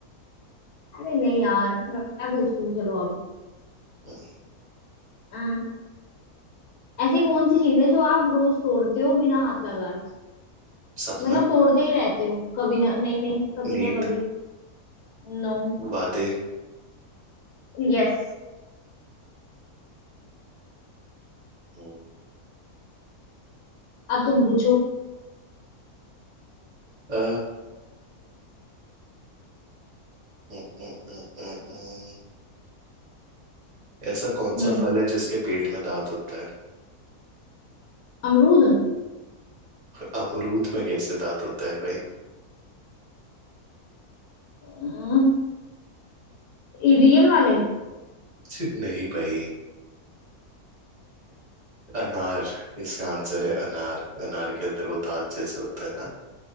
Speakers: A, on the left; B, on the right.
A: अरे नहीं यार मैं मैं पूछती हूँ चलो अब
B: हम्म,
A: अ, ऐसी कौन सी चीज है जो आप रोज तोड़ते हो बिना हाथ लगाए
B: सपना
A: मतलब तोड़ते ही रहते हो कभी ना नहीं नहीं कभी
B: नींद
A: ना कभी नो
B: वादे
A: यस
B: हम्म,
A: अब तुम पूछो
B: अ, हम्म, हम्म, हम्म, हम्म, हम्म। ऐसा कौन
A: हम्म
B: सा फल है जिसके पेट में दांत होता है
A: अमरूद
B: अमरूद में कैसे दांत होता है भाई
A: अम, ये रियल वाले
B: छी, नहीं भाई अनार इसका आंसर है अनार अनार के अंदर वो दांत जैसे होता है ना